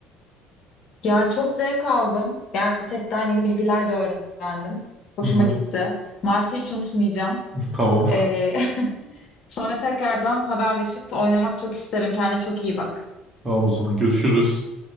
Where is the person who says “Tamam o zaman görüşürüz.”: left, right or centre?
Right